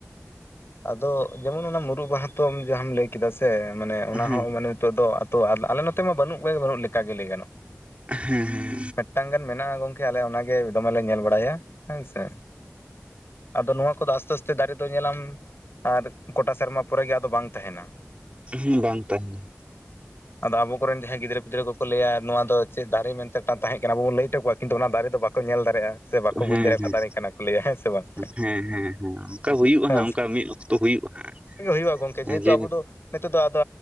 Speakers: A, on the left (about 55°); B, on the right (about 25°).
A: ᱟᱫᱚ ᱡᱮᱢᱚᱱ ᱚᱱᱟ ᱢᱩᱨᱩ ᱵᱟᱦᱟ ᱛᱚᱢ ᱡᱟᱦᱟᱸᱢ ᱞᱟᱹᱭ ᱠᱮᱫᱟ ᱥᱮ ᱢᱟᱱᱮ
B: ᱦᱮᱸ
A: ᱚᱱᱟ ᱦᱚᱸ ᱢᱟᱱᱮ ᱱᱤᱛᱚᱜ ᱫᱚ ᱟᱛᱳ ᱟᱞᱮ ᱱᱚᱛᱮ ᱢᱟ ᱵᱟᱹᱱᱩᱜ ᱜᱮ ᱵᱟᱹᱱᱩᱜ ᱞᱮᱠᱟ ᱜᱮ ᱞᱟᱹᱭ ᱜᱟᱱᱚᱜ᱾
B: ᱦᱮᱸ ᱦᱮᱸ
A: ᱢᱤᱫᱴᱟᱝ ᱜᱟᱱ ᱢᱮᱱᱟᱜ-ᱟ ᱜᱚᱝᱠᱮ ᱟᱞᱮ ᱚᱱᱟ ᱜᱮ ᱫᱚᱢᱮᱞᱮ ᱧᱮᱞ ᱵᱟᱲᱟᱭᱟ ᱦᱮᱸ ᱥᱮ᱾ ᱟᱫᱚ ᱱᱚᱣᱟ ᱠᱚᱫᱚ ᱟᱥᱛᱮ ᱟᱥᱛᱮ ᱫᱟᱨᱮ ᱫᱚ ᱧᱮᱞᱟᱢ ᱟᱨ ᱠᱚᱴᱟ ᱥᱮᱨᱢᱟ ᱯᱚᱨᱮ ᱜᱮ ᱟᱫᱚ ᱵᱟᱝ ᱛᱟᱦᱮᱸᱱᱟ᱾
B: ᱦᱩᱸ ᱵᱟᱝ ᱛᱟᱦᱮᱸᱱᱟ᱾
A: <inaudible> ᱟᱫᱚ ᱟᱵᱚ ᱠᱚᱨᱮ ᱡᱟᱦᱟᱸᱭ ᱜᱤᱫᱽᱨᱟᱹ ᱯᱤᱫᱽᱨᱟᱹ ᱠᱚᱠᱚ ᱞᱟᱹᱭᱟ, ᱱᱚᱣᱟ ᱫᱚ ᱪᱮᱫ ᱫᱟᱨᱮ ᱢᱮᱱ ᱛᱮ ᱴᱟᱝ ᱛᱟᱦᱮᱸᱡ ᱠᱟᱱᱟ ᱟᱵᱚ ᱵᱚᱱ ᱞᱟᱹᱭ ᱦᱚᱴᱚ ᱠᱚᱣᱟ ᱠᱤᱱᱛᱩ ᱚᱱᱟ ᱫᱟᱨᱮ ᱫᱚ ᱵᱟ- ᱵᱟ ᱠᱚ ᱧᱮᱞ ᱫᱟᱲᱮᱭᱟᱜ-ᱟ ᱥᱮ ᱵᱟᱠᱚ
B: ᱦᱮᱸ
A: ᱵᱩᱡᱽ ᱫᱟᱲᱮᱭᱟᱜ-ᱟ
B: ᱦᱮᱸ
A: ᱚᱠᱟ
B: ᱦᱮᱸ
A: ᱫᱟᱨᱮ ᱠᱟᱱᱟ᱾ ᱠᱚ ᱞᱟᱹᱭᱟ ᱦᱮᱸ ᱥᱮ ᱵᱟᱝ
B: ᱦᱮᱸ ᱦᱮᱸ ᱦᱮᱸ ᱚᱱᱠᱟ ᱦᱩᱭᱩᱜ-ᱟ
A: ᱦᱮᱸ
B: ᱦᱟᱸᱜ
A: ᱥᱮ
B: ᱚᱱᱠᱟ ᱢᱤᱫ ᱚᱠᱛᱚ ᱦᱩᱭᱩᱜ-ᱟ ᱦᱟᱸᱜ,
A: ᱜᱮ ᱦᱩᱭᱩᱜ-ᱟ ᱜᱚᱝᱠᱮ ᱡᱮᱦᱮᱛᱩ
B: ᱡᱮ
A: ᱟᱵᱚ ᱫᱚ ᱱᱤᱛᱚᱜ ᱫᱚ ᱟᱫᱚ